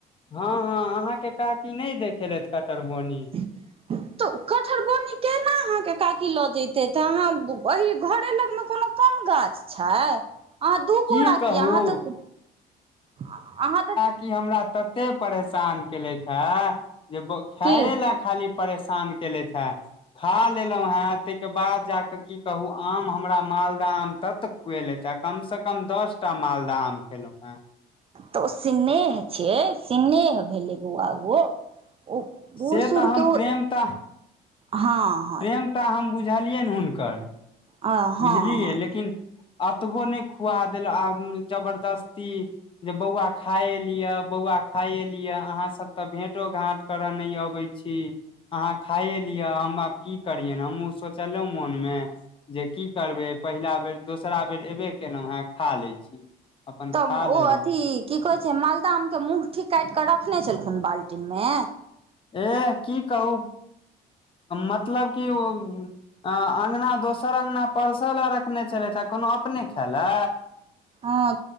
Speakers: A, on the left; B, on the right.
A: हॅ हँ अहाँ के काकी नहि देखेलथि कट्टरबनी
B: <inaudible> तऽ कठहर बौनी केना अहाँ के काकी लऽ जेतै तऽ अहाँ एहि घरे लगमे कोनो कम गाछ छै अहाँ दू
A: की
B: बोरा
A: कहू
B: किया अहाँ तऽ अहाँ तऽ
A: क हमरा तते परेशान केलेथ हे जे बोखायए
B: की
A: ला खाली परेशान केलेथ है खा लेलहुँ हे तहिके बाद जाकऽ की कहू आम हमरा मालदह आम तत कुए ले छै कम से कम दस टा मालदह आम खेलहुँ है
B: तऽ ओ स्नेह छै स्नेह भेलै बौआ ओ ओ बूढ़
A: से
B: सूढ़
A: तऽ हम
B: के ओ
A: प्रेम तऽ
B: हाँ
A: प्रेम तऽ हम बुझलियैन हुनकर
B: हँ हँ
A: बुझलियै लेकिन एतबो नहि खुआ देल आ जबरदस्ती जे बौआ खाए एलियै बौआ खाए लियै अहाँ सब तऽ भेंटो घाट करऽ नहि अबै छी अहाँ खाइए लियै हम आब की करियै ने हमहूँ सोचलहुँ मोन मे जे की करबे पहिला बेर दोसरा बेर एबे केलहुं हें खा लै छी अपन
B: तऽ
A: खा
B: ओ
A: लेलहुँ
B: अथी की कहै छै मालदह आम के मुंगठी काट कऽ रखने छलखुन बाल्टीन मे
A: ए की कहू मतलब की ओ अ अंगना दोसर अंगना परसल आ रखने छलथि आ कोनो अपने खैले
B: हाँ